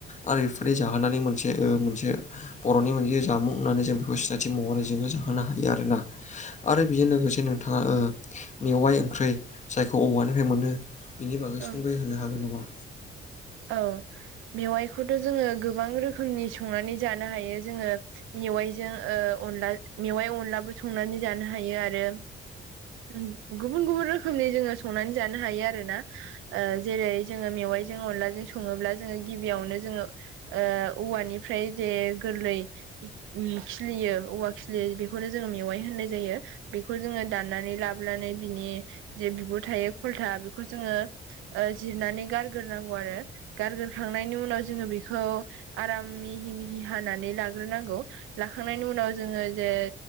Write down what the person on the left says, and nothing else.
आरो एफोरदि जाहोनानै मोनसे ओ मोनसे बर'नि मोनसे जामुं होननानै जों बेखौ सिनायथि महरै जोङो जाहोनो हायो आरोना। आरो बेजों लोगोसे नोंथाङा ओ मेवाइ ओंख्रै जायखौ औवानिफ्राय मोनो। बिनि बागै
सुंद'यै होननो हागोन नामा?